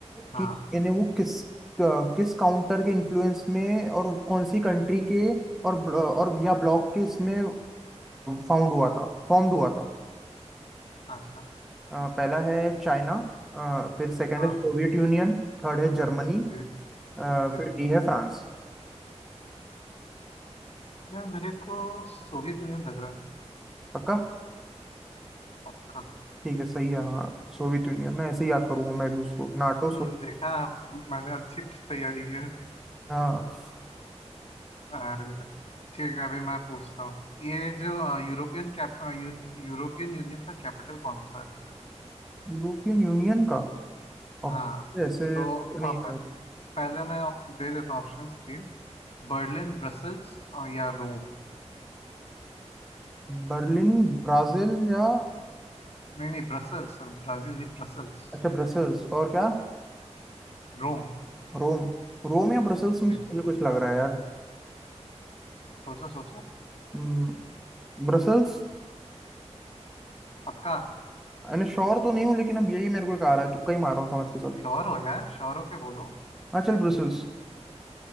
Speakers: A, on the left; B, in the centre.
A: हाँ
B: की इन्हें वो किस क- किस काउंटर के इन्फ्लुएंस में और कौन सी कंट्री के और ब्ल- और या ब्लॉक के इसमें फाउंड हुआ था फॉर्म्ड हुआ था
A: अच्छा
B: अ, पहला है चाइना अ, फिर सेकंड
A: हाँ
B: है सोवियत यूनियन थर्ड है जर्मनी
A: जी
B: अ,
A: जी
B: फिर डी है फ्रांस
A: यार मेरे को सोवियत यूनियन लग रहा है
B: पक्का
A: पक्का
B: ठीक है सही है हाँ सोवियत यूनियन मैं ऐसे ही याद करूंगा मैं भी उसको नाटो
A: हम्म
B: सो
A: देखा मैंने अच्छी तैयारी की है
B: हाँ
A: अरे अरे ठीक है अभी मैं पूछता हूँ ये जो अ, यूरोपियन कैप अ, यूर- यूरोपियन यूनियन का कैपिटल कौन सा है
B: यूरोपियन यूनियन का और
A: हाँ
B: ऐसे
A: तो
B: तो नहीं
A: पहले मैं दे देता हूँ ऑप्शंस तीन बर्लिन ब्रसल्स और या रोम
B: बर्लिन ब्राजील या
A: नहीं नहीं ब्रसल्स और ब्राजील नहीं ब्रसल्स
B: अच्छा ब्रसेल्स और क्या
A: रोम
B: रोम रोम या ब्रसेल्स में
A: जी
B: से मुझे कुछ लग रहा है यार
A: सोचो सोचो
B: हम्म, ब्रसेल्स
A: पक्का
B: यानी श्योर तो नहीं हूँ लेकिन अब यही मेरे को एक आ रहा है तुक्का ही मार रहा हूँ समझ के चल
A: श्योर हो यार श्योर होके बोलो
B: हाँ चल ब्रसेल्स